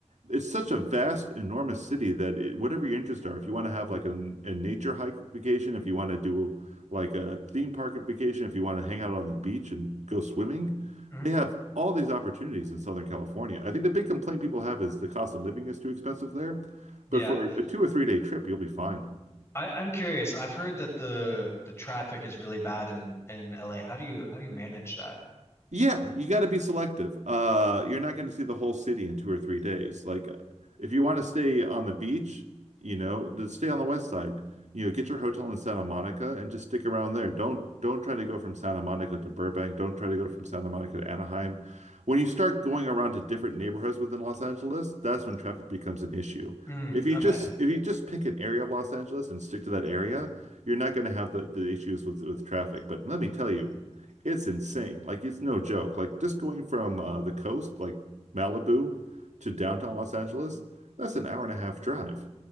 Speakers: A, on the right; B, on the left.
A: it's such a vast, enormous city that it, whatever your interests are, if you want to have like a, a nature hike vacation, if you want to do like a theme park vacation, if you want to hang out on the beach and go swimming.
B: Mhm.
A: They have all these opportunities in Southern California. I think the big complaint people have is the cost of living is too expensive there.
B: Yeah,
A: But for a two or three day trip, you'll be fine.
B: I, I'm curious. I've heard that the the traffic is really bad in in LA. How do you how do you manage that?
A: Yeah, you got to be selective. Uh, you're not going to see the whole city in two or three days. Like, uh, if you want to stay on the beach, you know, then stay on the west side. You know, get your hotel in Santa Monica and just stick around there. Don't don't try to go from Santa Monica to Burbank. Don't try to go from Santa Monica to Anaheim. When you start going around to different neighborhoods within Los Angeles, that's when traffic becomes an issue.
B: Mm,
A: If you
B: okay.
A: just if you just pick an area of Los Angeles and stick to that area, you're not going to have the, the issues with with traffic. But let me tell you. It's insane. Like it's no joke. Like just going from uh, the coast, like Malibu, to downtown Los Angeles, that's an hour and a half drive.